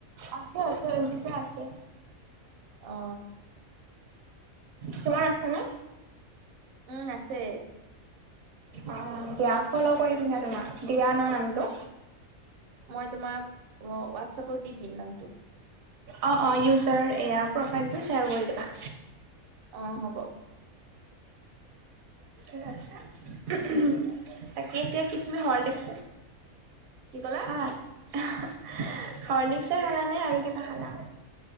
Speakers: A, on the right; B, on the right.
A: আছে - আছে ইনষ্টা আছে।
B: অ।
A: তোমাৰ আছে নে?
B: উম আছে।
A: অ দিয়া ফল' কৰিম ন তোমাক, দিয়া ন নামটো?
B: মই তোমাক অ হোৱাটছআপত দি দিম নামটো।
A: অঁ অঁ ইউজাৰ এয়া প্ৰফাইলটো শ্বেয়াৰ কৰি দিবা।
B: অ হ'ব।
A: কে আছে, উহুম তাকে এতিয়া কি তুমি হৰলিকচ
B: কি ক'লা?
A: ভাত, আহ হৰ্লিকচে খালা নে আৰু কিবা খালা?